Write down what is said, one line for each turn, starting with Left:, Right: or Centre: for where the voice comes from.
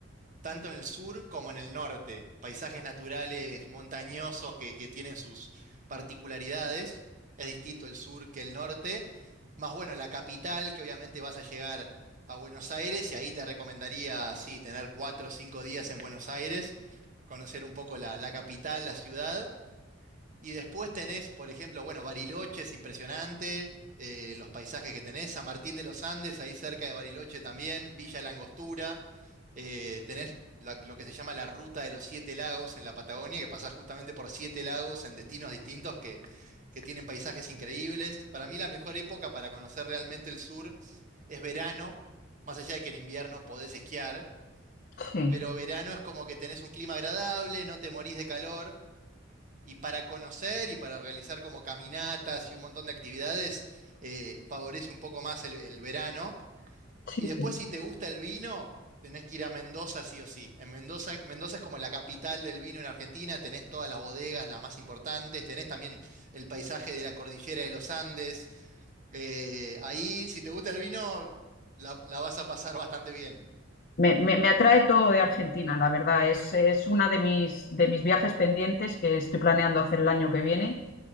Right: tanto en el sur como en el norte. Paisajes naturales montañosos que, que tienen sus particularidades. Es distinto el sur que el norte. Más bueno, la capital, que obviamente vas a llegar a Buenos Aires y ahí te recomendaría, sí, tener cuatro o cinco días en Buenos Aires, conocer un poco la, la capital, la ciudad. Y después tenés, por ejemplo, bueno, Bariloche es impresionante, eh, los paisajes que tenés, San Martín de los Andes, ahí cerca de Bariloche también, Villa La Angostura, eh, tenés la- lo que se llama la Ruta de los Siete Lagos en la Patagonia, que pasás justamente por siete lagos en destinos distintos que, que tienen paisajes increíbles. Para mí la mejor época para conocer realmente el sur es verano, más allá de que en invierno podés esquiar,
Left: sí,
Right: pero verano es como que tenés un clima agradable, no te morís de calor. Y para conocer y para realizar como caminatas y un montón de actividades, eh, favorece un poco más el, el verano.
Left: sí.
Right: Y después,
Left: sí.
Right: si te gusta el vino, tenés que ir a Mendoza sí o sí. En Mendoza, Mendoza es como la capital del vino en Argentina, tenés todas las bodegas, las más importantes, tenés también el paisaje de la cordillera de los Andes. Eh, ahí, si te gusta el vino, la la vas a pasar bastante bien.
Left: Me, me, me, atrae todo de Argentina, la verdad. Es, es una de mis, de mis viajes pendientes que estoy planeando hacer el año que viene.